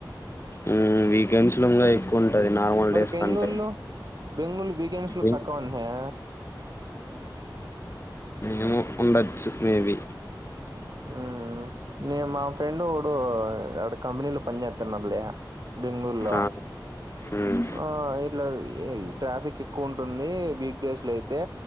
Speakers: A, on the left; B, on the right.
A: ఉం వీకెండ్స్ లో ఇంగా ఎ ఉంటది నార్మల్
B: మరి
A: డేస్
B: బెంగళూరులో
A: కంటే
B: బెంగళూరు వీకెండ్స్ లో
A: ఏం
B: తక్కువ ఉన్నాయా
A: ఏమో ఉండచ్చు మేబి
B: ఉం నే మా ఫ్రెండు ఇప్పుడు ఆడ కంపెనీలు పని చేస్తన్నారులే బెంగళూరులో
A: ఆ మ్మ్
B: ఆ ఇట్లా ట్రాఫిక్ ఎక్కువ ఉంటుంది వీక్ డేస్ లో అయితే